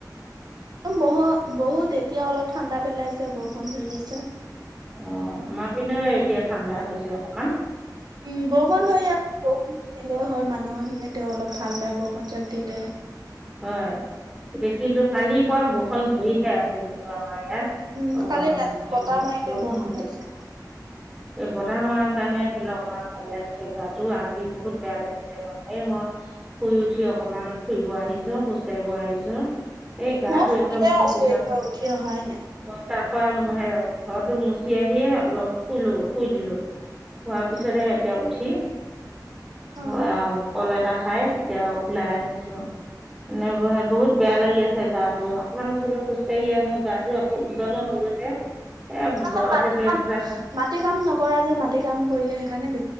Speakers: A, on the right; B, on the right.
A: অম বহু বহুত এতিয়া অলপ ঠাণ্ডা পেলাইছে বৰষুণ ধৰি আছে।
B: অঁ আমাৰ পিনে এতিয়া ঠাণ্ডা হৈছে অকমান।
A: উম' বৰষুণ ধৰ ইয়াত বৰষুণ দিলেও হয়, মানুহৰ খিনি তেওঁ অলপ ভাল পায় বৰষুণ জাক দিলে।
B: হয়, এতিয়া কিন্তু কালিৰ পৰা বৰষুণ ধৰিহে আছে কিন্তু আমাৰ ইয়াত।
A: উম
B: অও
A: কালি
B: আমা
A: ৰাতি
B: পিনে
A: বতাহ মাৰিলে
B: বৰষুণ দিয়া
A: দিছে।
B: নাই। এই বতাহ মৰাৰ কাৰণে ধৰি ল অকমান ভাল লাগিছে গাটো আজি বহুত বেয়া লাগিছে মানে মো- শুই উঠি অকমান ফুৰিব আহিছো খোজ কঢ়িব আহিছো। এই গাটো
A: মই শুনিয়ে
B: একদম বহুত
A: আছো
B: ওজন।
A: এতিয়া উঠি অহাই নাই
B: ক তাৰ পৰা সে ঘৰটো মুচি আহিয়ে অলপ শুলো শুই দিলো। শুৱাৰ পিছতে
A: উম
B: এতিয়া উঠি হয়
A: অ।
B: আৰু। কল এটা খাই তেতিয়া ওলাই আহিছো, এনে বহুত বেয়া লাগি আছে গাটো। অকমানহলেও খোজ কঢ়ি আহোঁ গাটো আকৌ ওজনো হৈ গৈছে। এই জ্বৰ
A: অ মই মাটি
B: টেবলেট
A: কাম
B: এটা খা
A: মাটি কাম নকৰা যে মাটি কাম কৰিলে সেইকাৰণে বে-